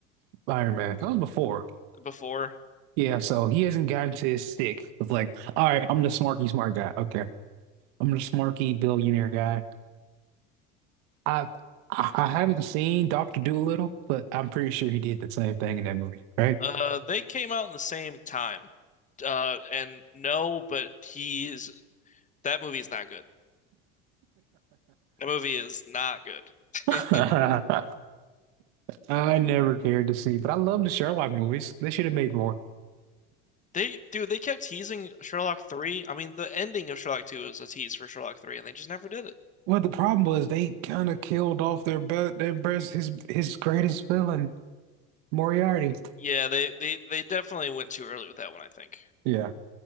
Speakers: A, on the right; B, on the left.
A: Iron Man? That was before.
B: <laughs> Before,
A: Yeah, so he hasn't gotten to his stick. It's like, all right, I'm the smarky smart guy. Okay, I'm the smarky billionaire guy. I I I haven't seen Doctor Dolittle, but I'm pretty sure he did the same thing in that movie, right?
B: uh, they came out in the same time. Uh, and no, but he's that movie is not good. That movie is not good.
A: <laughs>
B: <laughs>
A: I never cared to see, but I love the Sherlock movies. They should have made more.
B: They, dude, they kept teasing Sherlock 3. I mean, the ending of Sherlock 2 was a tease for Sherlock 3, and they just never did it.
A: Well, the problem was they kind of killed off their be their best his his greatest villain, Moriarty.
B: Yeah, they, they, they definitely went too early with that one, I think.
A: Yeah.